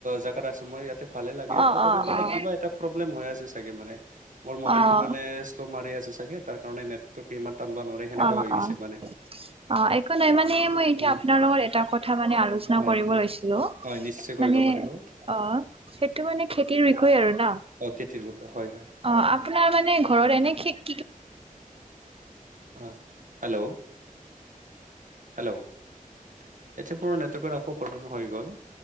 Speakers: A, on the right; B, on the right.
A: জেগাত আছো মই ইয়াতে ভালে লাগে।
B: অ',
A: ত'ত
B: অ', অ',
A: তথাপি মানে কিবা এটা প্ৰব্লেম হৈ আছে চাগে মানে। মোৰ মবাইটো
B: অ',
A: মানে শ্ল' মাৰি আছে চাগে তাৰ কাৰণে নেটটো ইমান টানাবা নোৱাৰে। সেনেকা
B: অ',
A: হৈ গৈছে
B: অ'।
A: মানে।
B: অ একো নাই মানে মই এতিয়া
A: উম
B: আপোনাৰ লগত এটা কথা মানে আলোচনা
A: হয়
B: কৰিব
A: হয়
B: লৈছিলো। মান
A: হয় নিশ্চয় কৰিব
B: মানে
A: পাৰিব
B: অ সেইটো মানে খেতিৰ বিষয়ে আৰু ন।
A: অ খেতিৰ বিষয়ে হয় হয়
B: অ আপোনাৰ মানে ঘৰত এনে কি
A: অ হেল্ল'। হেল্ল' এতিয়া মোৰ নেটৱৰ্কৰ আকৌ প্ৰব্লেম হৈ গ'ল